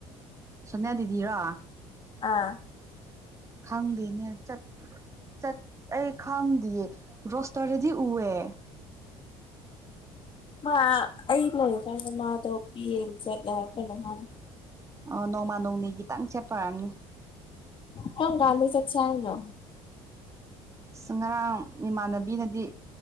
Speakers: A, on the right (about 25°); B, on the left (about 40°).
A: ꯁꯣꯅꯤꯌꯥ ꯦꯗꯤꯔꯣ
B: ꯑꯥ
A: ꯈꯪꯗꯦꯅꯦ ꯆꯠꯇ ꯆꯠ ꯑꯩ ꯈꯪꯗꯌꯦ ꯔꯣꯁꯇꯔꯗꯗꯤ ꯎꯑꯦ
B: ꯃꯥ ꯑꯩ ꯂꯩꯔꯀꯥꯟꯗ ꯃꯥꯗꯣ ꯄꯤꯌꯦꯡ ꯆꯠꯂꯦꯕ ꯀꯩꯅꯣ ꯍꯪ
A: ꯑꯣ ꯅꯣꯡꯃ ꯅꯣꯡꯅꯤ ꯈꯤꯇꯪ ꯆꯦꯠꯄꯔꯅꯤ
B: ꯀꯣꯟ ꯀꯦ ꯆ ꯆꯦꯅ
A: ꯑꯁ ꯉꯔꯥꯡ ꯏꯃꯥꯟꯅꯕꯤꯅꯗꯤ